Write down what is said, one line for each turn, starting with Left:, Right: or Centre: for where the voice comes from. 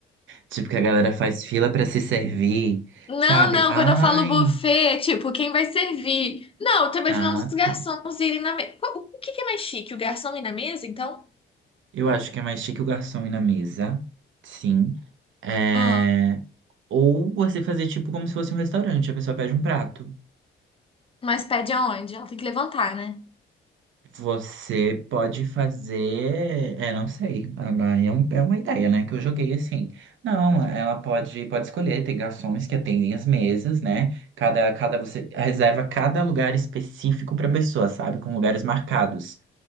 Right: Tipo que a galera faz fila pra se servir,
Left: Não,
Right: sabe?
Left: não,
Right: Ai,
Left: quando eu falo buffet, é tipo, quem vai servir? Não, eu tô imaginando
Right: ah,
Left: os garçons
Right: tá.
Left: irem na mesa. O o que que é mais chique? O garçom ir na mesa, então?
Right: Eu acho que é mais chique o garçom ir na mesa, sim. É...
Left: Ah,
Right: Ou você fazer tipo como se fosse um restaurante, a pessoa pede um prato.
Left: mas pede aonde? Ela tem que levantar, né?
Right: Você pode fazer, é, não sei, Agora é, um- é uma ideia, né, que eu joguei assim. Não, ela pode, pode escolher, tem garçons que atendem as mesas, né? Cada, cada você reserva cada lugar específico para pessoa, sabe? Com lugares marcados.